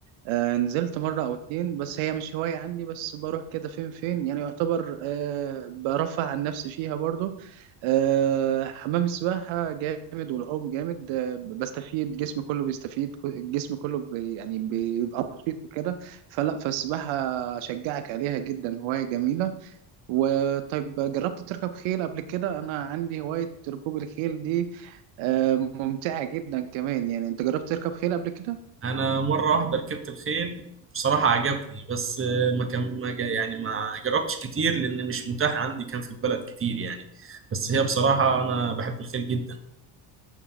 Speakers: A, on the right; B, on the right.
A: آه نزلت مرة أو اتنين بس هي مش هواية عندي بس بروح كده فين فين يعني يعتبر آه برفع عن نفسي فيها برضو آه حمام السباحة جامد والعوم جامد آه بستفيد جسمي كله بيستفيد كو- الجسم كله بي يعني بيبقى نشيط وكده فلا فالسباحة أشجعك عليها جدا هواية جميلة وطيب جربت تركب خيل قبل كده أنا عندي هواية ركوب الخيل دي آه ممتعة جدا كمان يعني أنت جربت تركب خيل قبل كده؟
B: انا مره واحده ركبت الخيل بصراحه عجبني بس ما كان ما جا يعني ما جربتش كتير لان مش متاح عندي كان في البلد كتير يعني بس هي بصراحه انا بحب الخيل جدا